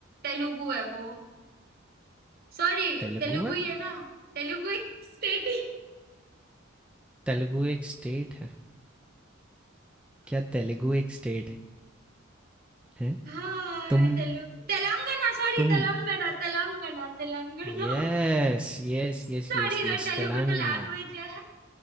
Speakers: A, on the right (about 50°); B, in the centre.
A: तेलुगु है वो सॉरी
B: तेलुगु
A: तेलुगु
B: है
A: ही है ना तेलुगु एक स्टेट ही
B: तेलुगु एक स्टेट है क्या तेलुगु एक स्टेट है हैं?
A: हाँ
B: तुम
A: Telugu Telangana sorry
B: तुम
A: Telangana Telangana Telangana
B: yes yes
A: Sorry
B: yes yes
A: sir
B: yes
A: Telugu
B: Telangana
A: तो लैंग्वेज है